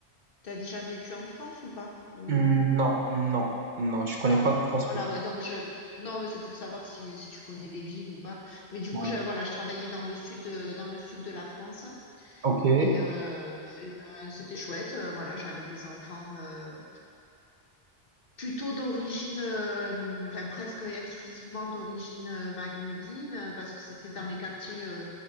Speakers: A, on the left; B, on the right.
A: t'as déjà vécu en France ou pas? Ou-
B: Hmm, Non, non, non, je connais
A: Non.
B: pas la France
A: Voilà,
B: beaucoup.
A: ouais. Donc je non, mais c'est pour savoir si, si tu connais les villes ou pas. Mais du
B: Ouais.
A: coup, je, voilà, je travaillais dans le sud de, dans le sud de la France
B: Ok. Ouais,
A: et, euh, et ben, c'était chouette. Euh, Voilà, j'avais des enfants. euh, Plutôt d'origine, euh, enfin presque exclusivement d'origine euh, maghrébine, euh, parce que c'était dans les quartiers euh,